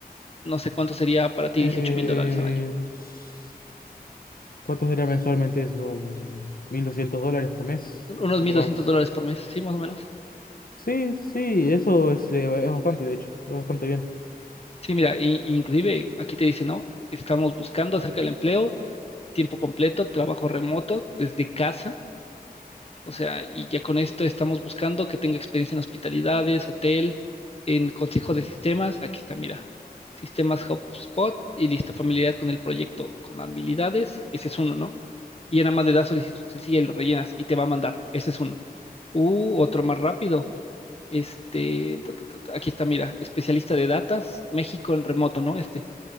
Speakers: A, on the left; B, on the left.
A: no sé cuánto sería para ti
B: Eh,
A: dieciocho mil dólares al año.
B: s- ¿cuánto sería mensualmente eso? ¿mil doscientos dólares por mes?
A: Un- Unos
B: Un
A: 1.200
B: poco más.
A: dólares por mes, sí, más o menos.
B: Sí, sí, eso es, eh, es bastante, de hecho, es bastante bien.
A: Sí, mira, i- inclusive aquí te dice, ¿no? Estamos buscando acerca del empleo, tiempo completo, trabajo remoto, desde casa. O sea, y ya con esto estamos buscando que tenga experiencia en hospitalidades, hotel, en consejo de sistemas. Aquí está, mira, sistemas HubSpot y listo, familiaridad con el proyecto, con habilidades. Ese es uno, ¿no? Y ya nada más le das solicitud sencilla y lo rellenas y te va a mandar. Ese es uno. Uh, otro más rápido. Este, ta, ta, ta, ta, aquí está, mira, especialista de datas, México en remoto, ¿no? Este,